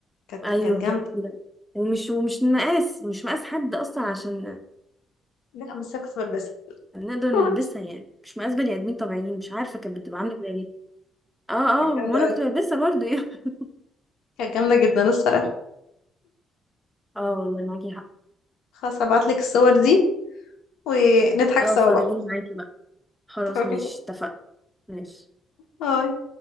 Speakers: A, on the left; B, in the centre.
A: كانت
B: ايوه
A: كانت
B: كده
A: جامده
B: كده. ومش ومش مقاس مش مقاس حد اصلا عشان
A: لا بس انا كنت بلبسها
B: نقدر نلبسها
A: <laughs>
B: يعني مش مقاس بني ادمين طبيعيين مش عارفه كانت بتبقى عامله كده ليه اه
A: كانت
B: اه
A: جامده
B: وانا
A: قوي
B: كنت بلبسها برضو يعني <laughs>
A: كانت جامده جدا الصراحه
B: اه والله معاكي حق
A: خلاص هبعتلك الصور دي ونضحك
B: اه
A: سوا
B: فرجيني
A: بقى
B: معاكي بقى خلاص
A: <laughs> تمام
B: ماشي اتفقنا ماشي
A: باي